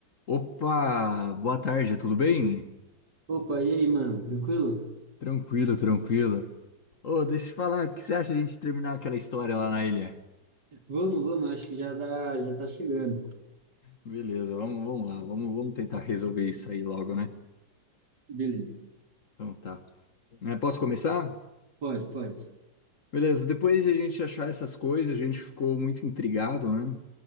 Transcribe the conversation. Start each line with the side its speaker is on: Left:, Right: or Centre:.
Left: Opa, boa tarde, tudo bem?
Right: Opa, e aí, mano? Tranquilo?
Left: Tranquilo, tranquilo. Ô, deixa eu te falar, o que você acha de a gente terminar aquela história lá na ilha?
Right: Vamos, vamos, acho que já dá, já tá chegando.
Left: Beleza, vamos, vamos lá, vamos, vamos tentar resolver isso aí logo, né?
Right: Beleza.
Left: Então tá. É, posso começar?
Right: Pode, pode.
Left: Beleza, depois de a gente achar essas coisas, a gente ficou muito intrigado, né?